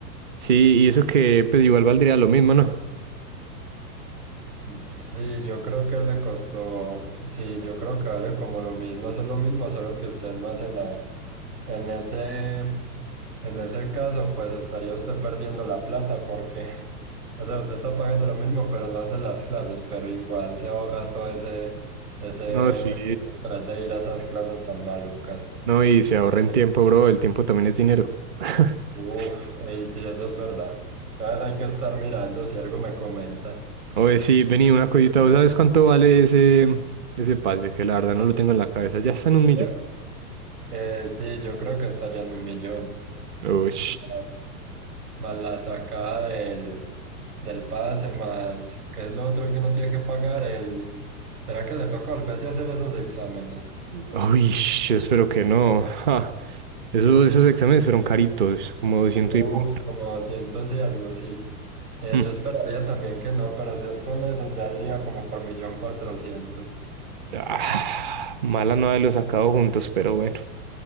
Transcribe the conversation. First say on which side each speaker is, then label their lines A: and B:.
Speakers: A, on the right; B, on the right.
A: Sí, y eso que, pues, igual valdría lo mismo, ¿no?
B: Sí, yo creo que le costó, sí, yo creo que vale como lo mismo, eso es lo mismo, solo que usted no hace nada. En ese, en ese caso, pues estaría usted perdiendo la plata porque, <laughs> o sea, usted está pagando lo mismo, pero no hace las clases, pero igual se ahorra todo ese, ese
A: No, sí.
B: estrés de ir a esas clases tan malucas.
A: No, y se ahorren tiempo, bro. El tiempo también es dinero. <laughs>
B: Uf, y sí, eso es verdad. Entonces hay que estar mirando si algo me comenta.
A: Oye, sí, vení, una cosita. ¿Vos sabes cuánto vale ese, ese pase? Que la verdad no lo tengo en la cabeza. Ya está en un
B: ¿Verdad?
A: millón.
B: Eh, sí, yo creo que está ya en un millón.
A: Uy,
B: Más, más la sacada del, del pase, más, ¿qué es lo otro que uno tiene que pagar? El, ¿será que le toca volverse a hacer esos exámenes?
A: uy, yo espero que no. Ja. Esos, esos exámenes fueron caritos, como 200
B: Uf,
A: y pu-
B: como doscientos y algo, sí. Eh,
A: Mm.
B: yo esperaría también que no, pero si es con eso, ya iría como por millón cuatrocientos.
A: Ah, mala no haberlos sacado juntos, pero bueno.